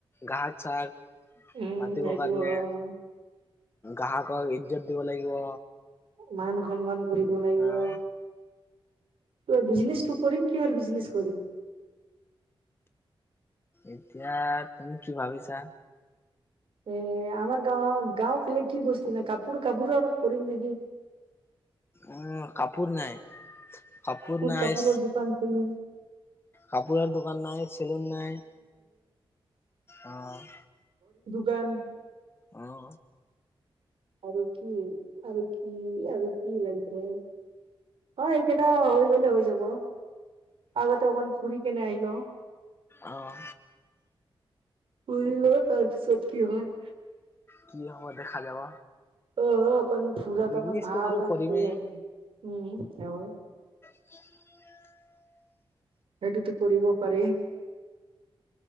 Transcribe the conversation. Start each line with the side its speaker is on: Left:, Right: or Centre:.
Left: ঘক চাক
Right: উম
Left: মাতিব
Right: এইটো
Left: কাৰণে
Right: হয়
Left: গ্ৰাহকক ইজ্জত দিব লাগিব।
Right: মান সন্মান কৰিব
Left: অহ
Right: লাগিব। ত' বিজনেচটো কৰিম কিহৰ বিজনেছ কৰিম?
Left: এতিয়া তুমি কি ভাবিছা?
Right: এ আমাৰ গাঁৱৰ গাওঁ ফালে কি বস্ত নাই কাপোৰ কাপোৰৰ কৰিম নেকি?
Left: উ কাপোৰ নাই, কাপোৰ নাই
Right: কাপোৰৰ দোকান খুলিম
Left: কাপোৰৰ দোকান নাই, চেলুন নাই অ'।
Right: গান।
Left: আহ।
Right: আৰু কি, আৰু কি, আৰু কি লাগব? হয়। এইকেইটা হৈ গলে হৈ যাব। আগতে অকন ফুৰী কেনে আহিলো।
Left: আহ।
Right: প তাৰপাছত কি হয়?
Left: কি হ'ব দেখা যাব?
Right: আহ অকণ ফুৰাটো
Left: বিজনেচটো
Right: অক ভালৰ
Left: বাৰু কৰিমেই
Right: ফুৰি আহিম, উম
Left: <unintelligible>
Right: সেইটোতো কৰিব পাৰি।